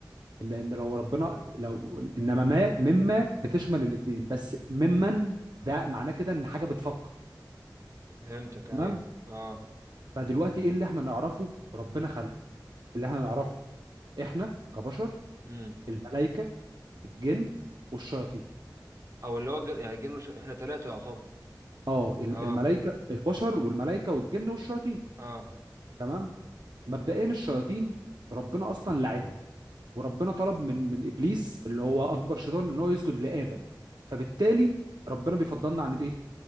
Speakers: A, on the right; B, on the right.
A: لان لو ربنا لو انما ما مما بتشمل الاثنين بس ممن ده معناه كده ان حاجه بتفكر
B: فهمتك ايوه
A: تمام
B: اه
A: فدلوقتي ايه اللي احنا نعرفه ربنا خلقه اللي احنا نعرفه احنا كبشر
B: امم
A: الملائكه الجن والشياطين
B: او اللي هو جن... يعني جن ش... احنا ثلاثة يعتبر
A: اه ال-
B: اه
A: الملائكه البشر والملائكه والجن والشياطين
B: اه
A: تمام مبدئيا الشياطين ربنا اصلا لعنهم وربنا طلب من من ابليس اللي هو اكبر شيطان ان هو يسجد لادم فبالتالي ربنا بيفضلنا عن الايه